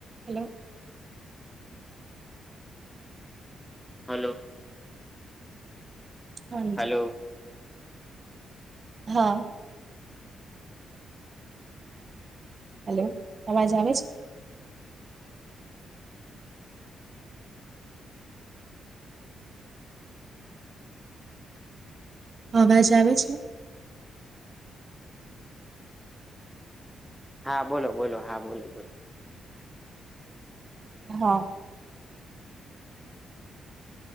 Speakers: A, on the right; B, in the centre.
A: Hello
B: hello
A: <unintelligible>
B: hello
A: હા hello અવાજ આવે છ અવાજ આવે છે
B: હા બોલો બોલો હા બોલો બોલો
A: હા